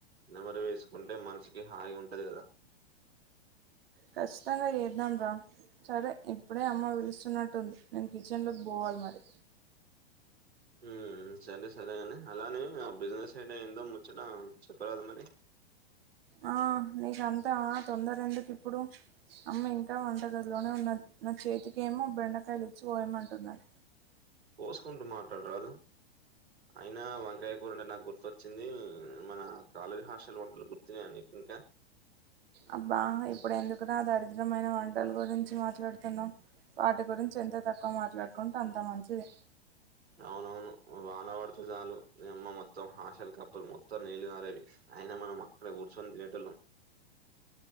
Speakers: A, on the right (about 85°); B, on the right (about 65°).
A: నెమరు వేసుకుంటే మనసుకి హాయి గా ఉంటది కదా
B: ఖచ్చితంగా ఏద్దాం రా సరే ఇప్పుడే అమ్మ పిలుస్తున్నట్టుంది నేను కిచెన్లోకి పోవాలి మరి
A: ఉ సరే సరే అని అలానే ఆ బిజినెస్ అయిన ఏందో ముచ్చట చెప్పరాదు మరి
B: ఆ నీకంతా తొందర ఎందుకు ఇప్పుడు అమ్మ ఇంకా వంట గదిలోనే ఉన్నది నా చేతికి ఏమో బెండకాయలు ఇచ్చి పోయమంటు ఉన్నాయి
A: పోసుకుంటూ మాట్లాడరాదు అయినా వంకయ్య కూర అంటే నాకు గుర్తొచ్చింది మన కాలేజ్ హాస్టల్ వంటలు గుర్తినేయ నీకు ఇంకా
B: అబ్బా ఇప్పుడు ఎందుకు రా దరిద్రమైన వంటలు గురించి మాట్లాడుతున్నావు వాటి గురించి ఎంతో తక్కువ మాట్లాడుకుంటే అంత మంచిది
A: అవునవును వానవాడుతే చాలు నీయమ్మ మొత్తం హాషల్ కప్పల్ మొత్తం నీళ్లు కరెవి అయిన మనం అక్కడే కూర్చొని తినేటోళ్ళం